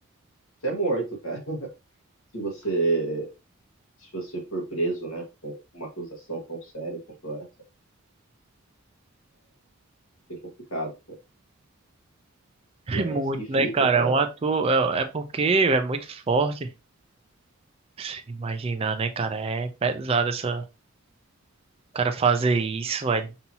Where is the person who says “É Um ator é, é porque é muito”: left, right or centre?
Right